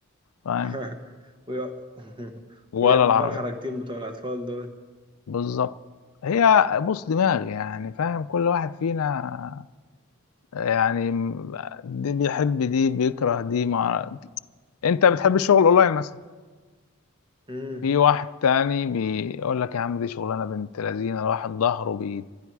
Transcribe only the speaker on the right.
<laughs> وي- <laughs>
ويعمل
بقى الحركتين بتوع الأطفال دول
مم.